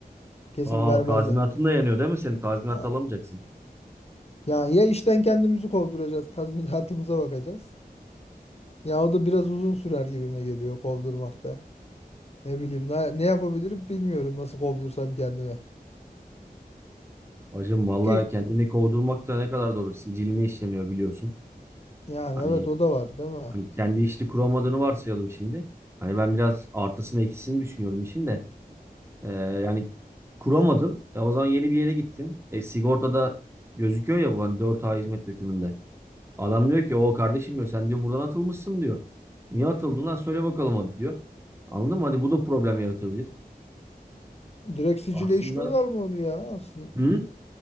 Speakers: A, on the left; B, on the right.
A: Kesin
B: Aa
A: vermezler.
B: tazminatın da yanıyor değil mi senin? Tazminat
A: Aa,
B: alamayacaksın.
A: Yani ya işten kendimizi kovduracağız, tazminatımıza bakacağız. Ya o da biraz uzun sürer gibime geliyor kovdurmakta. Ne bileyim ne, ne yapabilirim bilmiyorum nasıl kovdursam kendimi.
B: Hacım valla
A: Ki
B: kendini kovdurmak da ne kadar doğru. Siciline işleniyor biliyorsun.
A: yani
B: Hani,
A: evet o da var değil mi?
B: hani kendi işini kuramadığını varsayalım şimdi. Hani ben biraz artısını eksisini düşünüyorum işin de. Ee, yani kuramadın. Ya o zaman yeni bir yere gittin. E, sigortada gözüküyor ya bu hani dört a hizmet dökümünde. Adam diyor ki o kardeşim diyor sen diyor buradan atılmışsın diyor. Niye atıldın lan söyle bakalım hadi diyor. Anladın mı? Hadi bu da problem yaratabilir.
A: Direkt sicile
B: Aslında
A: işliyorlar mı onu ya? Aslında
B: hı?